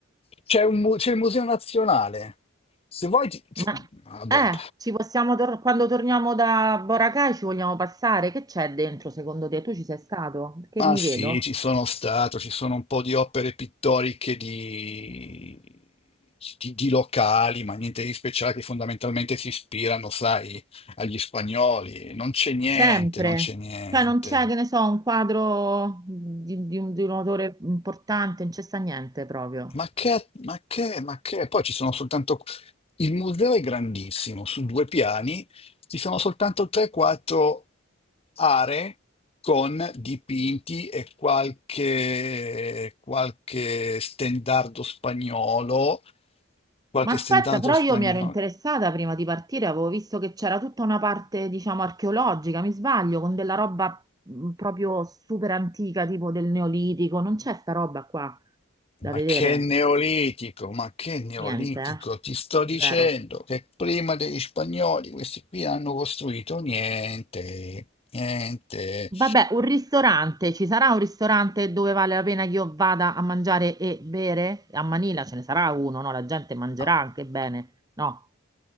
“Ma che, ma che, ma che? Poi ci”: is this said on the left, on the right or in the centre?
Left